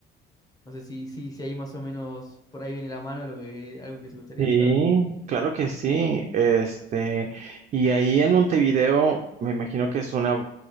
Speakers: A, on the left; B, on the right.
A: no sé si, si, si ahí más o menos por ahí viene la mano lo que, algo que te gustaría
B: sí,
A: hacer.
B: claro que sí. Este, y ahí en Montevideo, me imagino que es una,